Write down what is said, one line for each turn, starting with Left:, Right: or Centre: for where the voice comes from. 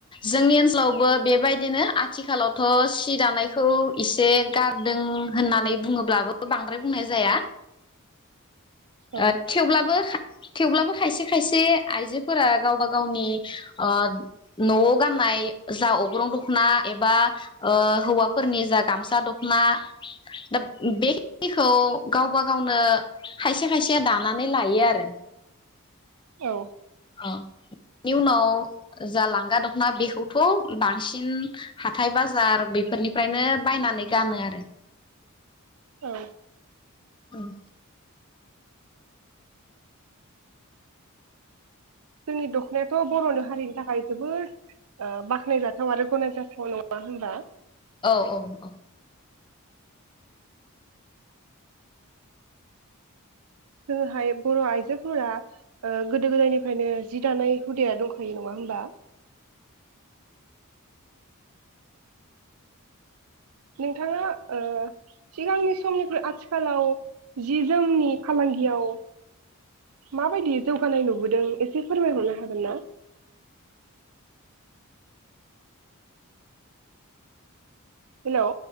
Left: जोंनि ओनसोलावबो बेबायदिनो आथिखालावथ सि दानायखौ इसे गारदों होननानै बुङोब्लाबो बांद्राय बुंनाय जाया।
Right: औ
Left: ओ थेवब्लाबो थेवब्लाबो खायसे खायसे आइजोफोरा गावबा गावनि ओ न'आव गाननाय जा अग्रं दखना एबा ओ हौवाफोरनि जा गामसा दखना दा बेखिनिखौ गावबा गावनो खायसे खायसे दानानै लायो आरो।
Right: औ।
Left: अ बेनि उनाव जा लांगा दखना बेखौथ बांसिन हाथाय बाजार बेफोरनिफ्रायनो बायनानै गानो आरो।
Right: औ।
Left: उम।
Right: जोंनि दखनायाथ बर'नो हारिनि थाखाय जोबोद ओ बाख्नायजाथाव आरो गनायजाथाव नङा होनबा?
Left: औ औ औ।
Right: जोङोहाय बर' आइजोफोरा ओ गोदो गोदायनिफ्रायनो जि दानाय हुदाया दंखायो नङा होनबा। नोंथाङा ओ सिगांनि समनिफ्राय आथिखालाव जि जोमनि फालांगियाव माबायदि जौगानाय नुबोदों एसे फोरमायहरनो हागोन ना? हेलौ।